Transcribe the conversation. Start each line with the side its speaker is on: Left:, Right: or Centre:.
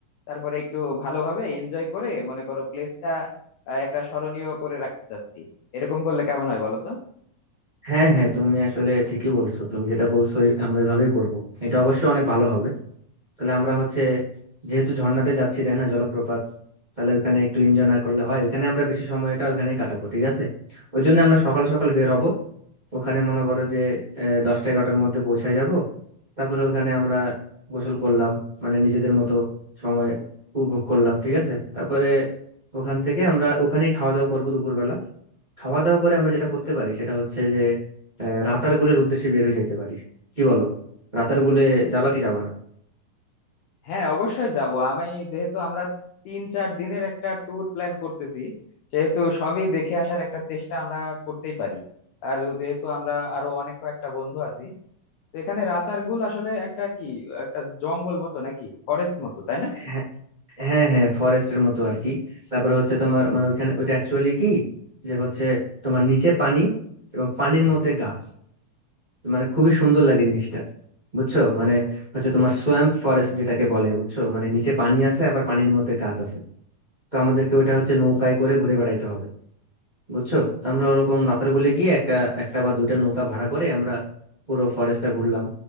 Left: তারপরে একটু ভালোভাবে এনজয় করে মনে করো প্লেসটা একটা স্মরণীয় করে রাখতে চাচ্ছি এরকম করলে কেমন হয় বলো তো
Right: হ্যাঁ হ্যাঁ তুমি আসলে ঠিকই বলছো তুমি যেটা বলছো ওই- আমরা এভাবেই করব এটা অবশ্যই অনেক ভালো হবে তাহলে আমরা হচ্ছে যেহেতু ঝর্ণাতে যাচ্ছি তাই না জলপ্রপাত তাহলে ওখানে একটু এনজয় না করলে হয় ওখানে আমরা বেশি সময়টা ওখানেই কাটাবো ঠিক আছে ওই জন্য আমরা সকাল সকাল বের হব ওখানে মনে করো যে দশটা এগারোটার মধ্যে পৌঁছায় যাব তারপরে ওখানে আমরা গোসল করলাম মানে নিজেদের মতো সময় উপভোগ করলাম ঠিক আছে তারপরে ওখান থেকে আমরা ওখানেই খাওয়া দাওয়া করবো দুপুরবেলা খাওয়া দাওয়া করে আমরা যেটা করতে পারি সেটা হচ্ছে যে আহ, রাতারগুলের উদ্দেশ্যে বের হয়ে যাইতে পারি কি বলো রাতারগুলে যাবা কি যাবা না
Left: হ্যাঁ অবশ্যই যাব আমি যেহেতু আমরা তিন চার দিনের একটা ট্যুর প্ল্যান করতেছি সেহেতু সবই দেখে আসার একটা চেষ্টা আমরা করতেই পারি আর যেহেতু আমরা আরো অনেক কয়েকটা বন্ধু আছি তো এখানে রাতারগুল আসলে একটা কি একটা জঙ্গল মতো নাকি ফরেস্ট মতো তাই না
Right: হ্যাঁ হ্যাঁ হ্যাঁ ফরেস্টের মতো আর কি তারপরে হচ্ছে তোমার মানে ওইখানে ওইটা অ্যাকচুয়ালি কি যে হচ্ছে তোমার নিচে পানি এবং পানির মধ্যে গাছ মানে খুবই সুন্দর লাগে জিনিসটা বুঝছো মানে হচ্ছে তোমার সোয়াম্প ফরেস্ট যেটাকে বলে বুঝছো মানে নিচে পানি আছে আবার পানির মধ্যে গাছ আছে তো আমাদেরকে ওইটা হচ্ছে নৌকায় করে ঘুরে বেড়াইতে হবে বুঝছো তো আমরা ওরকম নাতারগুলে গিয়ে একটা একটা বা দুইটা নৌকা ভাড়া করে আমরা পুরো ফরেস্টটা ঘুরলাম